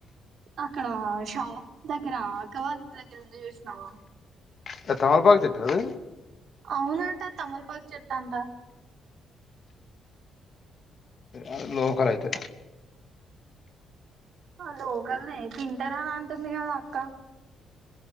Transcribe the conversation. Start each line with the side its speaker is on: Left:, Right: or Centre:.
Right: అక్కడ షాప్ దగ్గర అక్క వాళ్ల ఇంటి దగ్గర ఉంది చూసినావా
Left: త తమలపాకు చెట్టా అది
Right: అవునంట తమలపాకు చెట్ అంట
Left: అ లోకల్ అయితే
Right: ఆ లోకల్నే తింటారా అని అంటుంది గదా అక్క